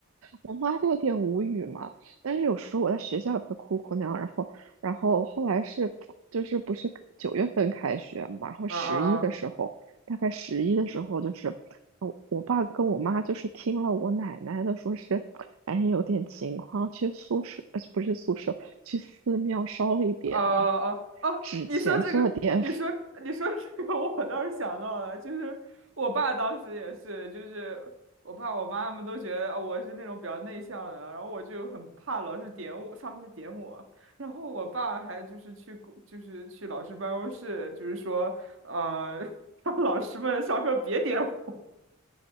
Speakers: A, on the right; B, on the right.
A: 我妈就有点无语嘛，但是有时候我在学校也会哭哭那样，然后，然后后来是，就是不是九月份开学嘛，然后十一的时候，
B: 嗯嗯嗯。
A: 大概十一的时候，就是我我爸跟我妈就是听了我奶奶的，说是，哎，有点情况，去宿舍，呃，不是宿舍，去寺庙烧一点
B: 哦哦哦，
A: 纸钱，
B: 你说这个，
A: 做点
B: 你说你说这个，我倒是想到了，就是我爸当时也是，就是我爸我妈他们都觉得啊我是那种比较内向的，然后我就很怕老师点我，上课点我，然后我爸还就是去公就是去老师办公室，就是说呃 <laughs>，让老师们上课别点我，